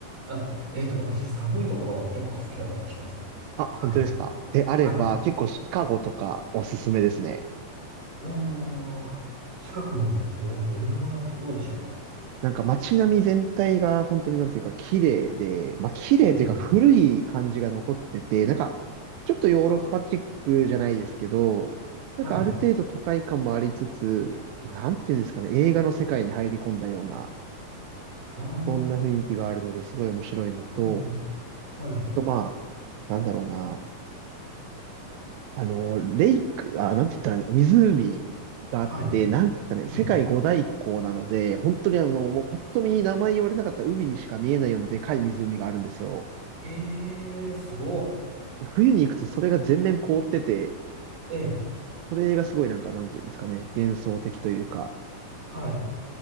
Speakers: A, on the right; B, on the right.
A: あ、えっと、私、寒いところ結構好きだったりします。
B: あ、本当ですか。
A: はい、
B: であれば、
A: はい。
B: 結構シカゴとかおすすめですね。
A: おー、近くのど、どんなところでしょうか
B: なんか街並み全体が本当になんていうか綺麗で、まあ綺麗というか古い感じが残ってて、
A: ええ、
B: なんかちょっとヨーロッパチックじゃないですけど、
A: あ、
B: なんかある程度都会感もありつつ、
A: はい。
B: なんていうんですかね、映画の世界に入り込んだような、
A: あ
B: そんな雰囲気があるのですごい面白いのと、
A: あ、いいね。はい。
B: あとまあ、なんだろうな、あの、レイク、あ、なんて言ったら、湖があって、
A: はい。
B: なんていうんですかね、世界五大湖なので、
A: はい。
B: 本当にあの、もうパッと見名前言われなかった海にしか見えないようなでかい湖があるんですよ。
A: えええー、すごっ。
B: 冬に行くとそれが全面凍ってて、
A: ええ。
B: それがすごいなんか、なんていうんですかね、幻想的というか、
A: はい。